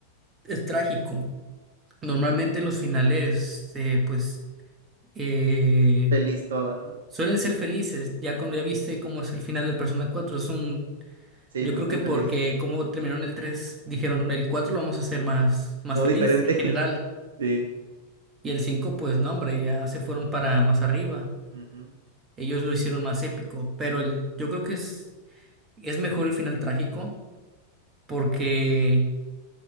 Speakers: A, on the right; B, on the right.
A: es trágico. Normalmente los finales, eh, pues, eh,
B: Feliz todo, ¿no?
A: suelen ser felices. Ya cuando ya viste cómo es el final del Persona cuatro es un...
B: Sí,
A: Yo
B: muy,
A: creo
B: muy
A: que porque
B: feliz.
A: como terminaron el 3 dijeron el 4 lo vamos a hacer más, más
B: Todo
A: feliz
B: diferente.
A: en general.
B: <laughs> Sí.
A: Y el cinco pues, no, hombre, ya se fueron para más arriba.
B: Ujú,
A: Ellos lo hicieron más épico. Pero el, yo creo que es, es mejor el final trágico porque...